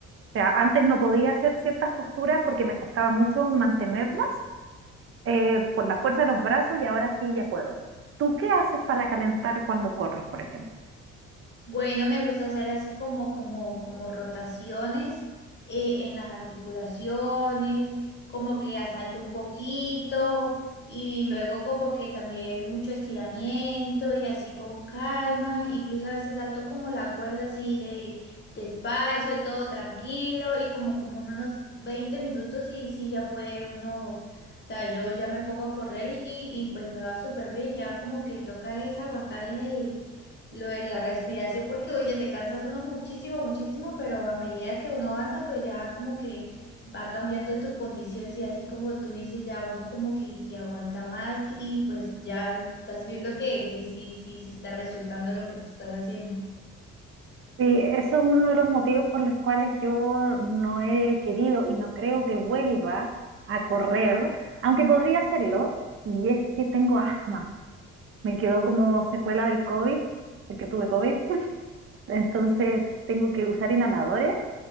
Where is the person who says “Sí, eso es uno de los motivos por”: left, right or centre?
Right